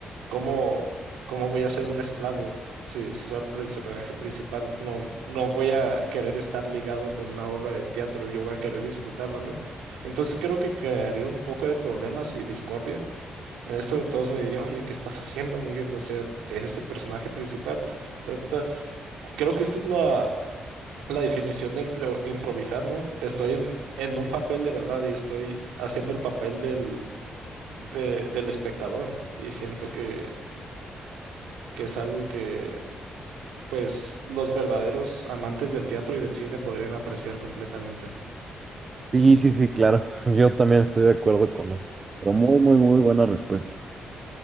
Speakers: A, on the right (about 80°); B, on the right (about 45°).
A: ¿cómo, cómo voy a ser un esclavo si, si soy el personaje principal? No, no voy a querer estar ligado con una obra de teatro, yo voy a querer disfrutarla, ¿no? Entonces creo que crearía un poco de problemas y discordia. En esto todos me dirían, oye, ¿qué estás haciendo, Miguel? O sea, eres el personaje principal. Ta, ta. Creo que esta es la la definición de impro- improvisar, ¿no? Estoy en, en un papel de verdad y estoy haciendo el papel del, de- del espectador y siento que, que es algo que, pues, los verdaderos amantes del teatro y del cine podrían apreciar completamente.
B: Sí, sí, sí, claro. Yo también estoy de acuerdo con eso.
A: <laughs>
B: Pero muy, muy, muy buena respuesta.